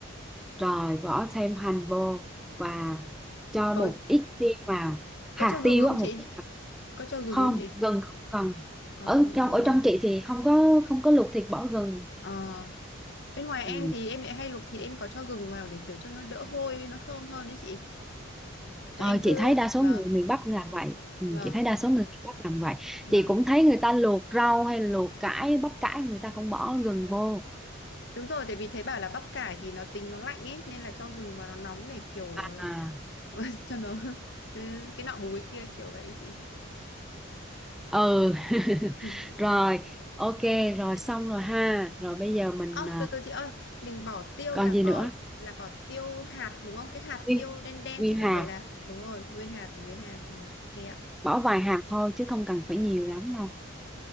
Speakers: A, in the centre; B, on the left.
A: rồi bỏ thêm hành vô và cho
B: Có
A: một ít tiêu vào
B: có
A: hạt
B: cho gừng
A: tiêu
B: không
A: á một
B: chị
A: ít hạt
B: Có cho gừng
A: không
B: không chị
A: gừng không cần
B: Ờ,
A: ở
B: không
A: trong
B: cần cho
A: ở
B: gừng.
A: trong chị thì không có không có luộc thịt bỏ gừng
B: Ờ, bên ngoài
A: ừ.
B: em thì em lại hay luộc thịt em có cho gừng vào để kiểu cho nó đỡ hôi với nó thơm hơn đấy chị. Thì
A: Ờ,
B: em cứ
A: chị thấy đa số
B: vâng,
A: người miền Bắc làm vậy ừ,
B: vâng,
A: chị thấy đa số người miền Bắc làm vậy
B: vâng.
A: chị cũng thấy người ta luộc rau hay luộc cải bắp cải người ta cũng bỏ gừng vô
B: Đúng rồi, tại vì thấy bảo là bắp cải thì nó tính nó lạnh ấy nên là cho gừng vào nó nóng để kiểu
A: à
B: ờ, <laughs> cho nó ừ, cái nọ bù cái kia kiểu vậy ấy chị.
A: ừ <laughs>
B: <laughs>
A: rồi ok rồi xong rồi ha rồi bây giờ mình
B: Ơ
A: à,
B: từ từ chị ơi, mình bỏ tiêu
A: còn
B: là
A: gì
B: bỏ
A: nữa
B: là bỏ tiêu hạt đúng không? Cái hạt
A: nguyên
B: tiêu đen đen
A: nguyên
B: chứ
A: hạt
B: không phải là đúng rồi, nguyên hạt thì nguyên hạt rồi. Ok ạ.
A: bỏ vài hạt thôi chứ không cần phải nhiều lắm đâu